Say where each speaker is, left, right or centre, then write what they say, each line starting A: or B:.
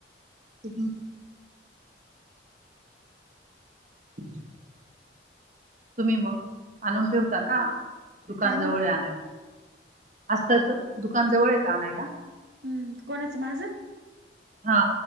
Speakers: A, on the right (about 45°); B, on the right (about 70°).
A: त अ् तुम्ही मग आणून ठेवता का दुकान
B: काय म्हणता
A: जवळ आणायला असजतच दुकान जवळ आहे का आणयला
B: हम् कोणाचं माझं
A: हा